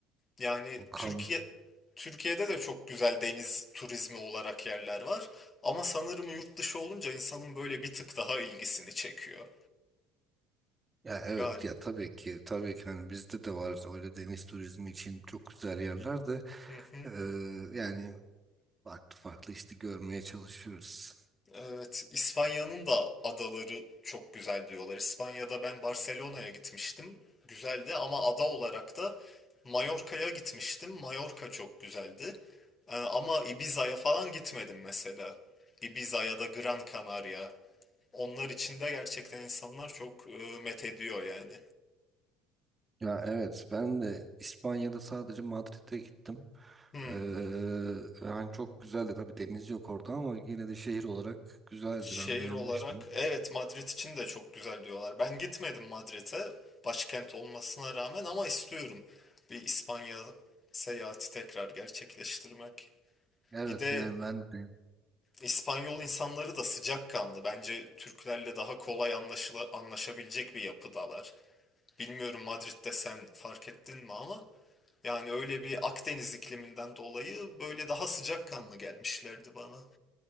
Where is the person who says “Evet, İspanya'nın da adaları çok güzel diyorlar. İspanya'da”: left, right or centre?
Left